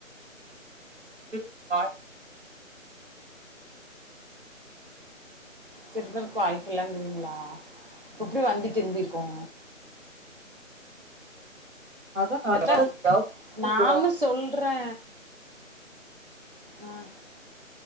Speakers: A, on the right; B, on the right.
A: திரும்ப வாய்.
B: திரும்ப இருக்கு வாய்ப்பலாம்ங்கிறீங்களா இப்போ எப்டி வந்திடு திரும்பியிருக்கோ
A: அதான்
B: எங்கத்த
A: நான் எவ்வளவு யோசிச்சுக்கணும்.
B: நானு சொல்றே ம்